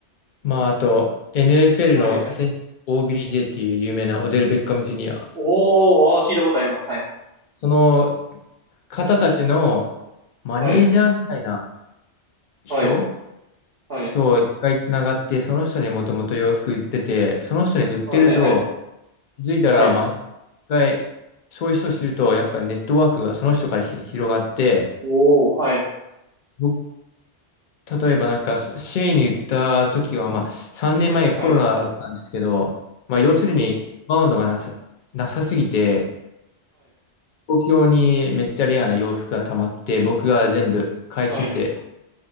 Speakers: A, on the left (about 50°); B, on the right (about 55°).
A: まあ、あと、NFL
B: はい。
A: の選手、
B: ね
A: OBJ っていう有名なオデル・ベッカム・ジュニア。
B: おー、あー聞いたことあります。はい。
A: その方たちのマネージャーみたいな
B: はい。
A: 人
B: はい。はい。はい。
A: と一回つながって、その人にもともと洋服売ってて、その人に売ってると、
B: はい。ね
A: 気づいたら、
B: はい。
A: まあ、一回、そういう人を知ると、やっぱネットワークがその人からひ広がって、
B: おおはい、
A: 僕例えばなんか、そシェイに行った時は、まあ、3年前コロナだったんですけど、
B: はい、
A: まあ、要するに、バウンドがなさ、なさすぎて、東京にめっちゃレアな洋服が溜まって、僕が全部買い占めて、
B: はい、はい、はい、